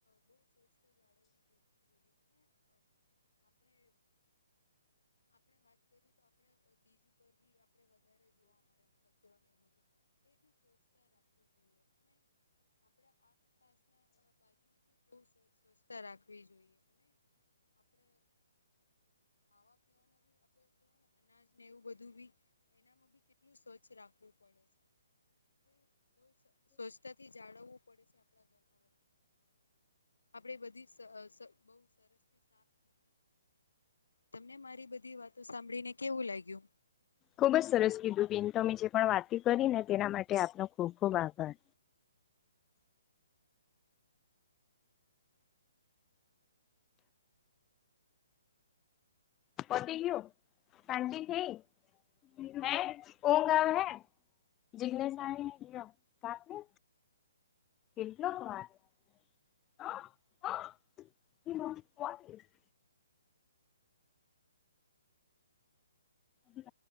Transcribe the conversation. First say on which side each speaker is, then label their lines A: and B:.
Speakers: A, on the left; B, on the left.
A: બહ સવસ્તો, જાળવવી જોઈએને આપડે આપણે વાત કરીએ તો આપણે બીજ ઉપર બી આપડે વધારે જોવા, મળે કચરો એ બધું એ બી સ્વચ્છતા રાખવી જોઈએ, અને આપડા આસપાસ બાજ બ સ્વચછતા રાખવી જોઈએ અને આપણે ખાવા પવાના બી આપવાને અનાજને એવું બધું બી ી કેટલું સ્વચ્છ રાખવું પડે છે, આપ બહ સ્વચ્છતા થી જાળવવું પડે છે. આપણા ઘર આપે બધી બ સરસ થી તમને મારી બધી વાતો સાંભળીને કેવું લાગ્યુ
B: ખુબ જ સરસ કીધું બિન તોમે જે પણ વાતી, કરી ને તેના માટે આપનો ખૂબ ખૂબ આભાર પતી કયું શાંત થઈ હે કો ગા હે જિગ્ઞેશ કાપને કેટલોક વાર હ હ હ